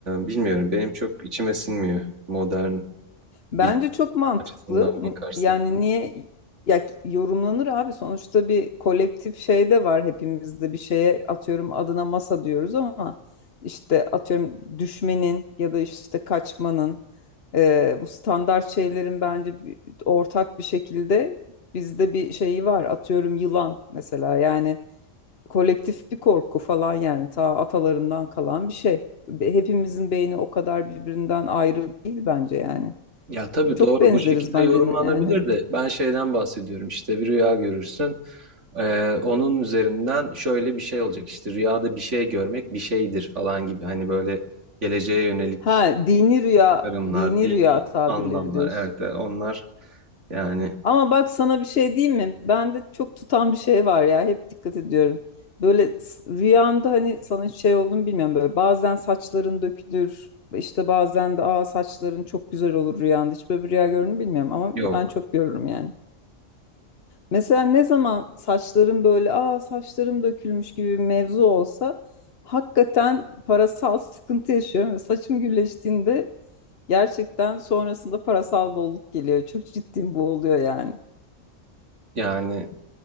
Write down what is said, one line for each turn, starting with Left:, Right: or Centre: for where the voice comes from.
Right: bilmiyorum benim çok içime sinmiyor modern
Left: Bence
Right: bilim
Left: çok mantıklı.
Right: açısından bakarsak.
Left: N- Yani niye ya ki- yorumlanır abi? Sonuçta bir kolektif şey de var hepimizde. Bir şeye atıyorum adına masa diyoruz ama işte atıyorum düşmenin ya da işte kaçmanın e, bu standart şeylerin bence bir- ortak bir şekilde bizde bir şeyi var. Atıyorum yılan mesela yani kolektif bir korku falan yani ta atalarından kalan bir şey. Be- Hepimizin beyni o kadar birbirinden ayrı değil bence yani.
Right: Ya tabii
Left: Çok
Right: doğru
Left: benzeriz
Right: bu şekilde
Left: bence
Right: yorumlanabilir
Left: yani.
Right: de ben şeyden bahsediyorum işte bir rüya görürsün Ee, onun üzerinden şöyle bir şey olacak işte rüyada bir şey görmek bir şeydir falan gibi hani böyle geleceğe yönelik
Left: Ha dini rüya,
Right: çıkarımlar
Left: dini
Right: dini
Left: rüya tabirleri
Right: anlamlar
Left: diyorsun.
Right: evet evet, onlar yani
Left: Ama bak sana bir şey diyeyim mi? Bende çok tutan bir şey var ya. Hep dikkat ediyorum. Böyle s- rüyamda hani sana hiç şey olduğunu bilmiyorum böyle. Bazen saçların dökülür. İşte bazen de aa saçların çok güzel olur rüyanda. Hiç böyle bir rüya görür mü bilmiyorum ama
Right: yok
Left: ben çok görürüm yani. Mesela ne zaman saçlarım böyle aa saçlarım dökülmüş gibi bir mevzu olsa hakikaten parasal sıkıntı yaşıyorum ve saçım gülleştiğinde gerçekten sonrasında parasal bolluk geliyor. Çok ciddiyim bu oluyor yani.
Right: yani